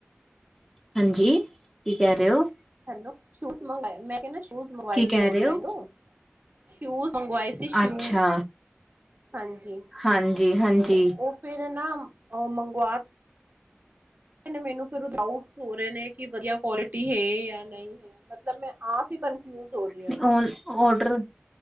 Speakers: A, in the centre; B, on the right.
A: ਹਾਂਜੀ ਕੀ ਕਹਿ ਰਹੇ ਹੋ?
B: ਹੈ ਸ਼ੂਜ ਮੰਗਵਾਏ ਮੈਂ ਕਿਹਾ ਸ਼ੂਜ ਮੰਗਵਾਏ
A: ਕੀ ਕਹਿ
B: ਸੀ ਔਨਲਾਈਨ
A: ਰਹੇ ਹੋ
B: ਤੋਂ ਸ਼ੂਜ਼ ਮੰਗਵਾਏ ਸੀ ਸ਼ੂਜ਼
A: ਅੱਛਾ
B: ਹਾਂਜੀ
A: ਹਾਂਜੀ ਹਾਂਜੀ
B: ਤੇ ਉਹ ਫਿਰ ਨਾ ਉਹ ਮੰਗਵਾ, ਮੈਨੂੰ ਫਿਰ ਡਾਊਟਸ ਹੋ ਰਹੇ ਨੇ ਕਿ ਵਧੀਆ ਕੁਆਲਿਟੀ ਹੈ ਜਾਂ ਨਹੀਂ ਹੈ ਮਤਲਬ ਮੈਂ ਆਪ ਹੀ, ਕਨਫਿਊਜ ਹੋ ਰਹੀ ਹਾਂ
A: ਨਹੀਂ ਔ ਔਡਰ,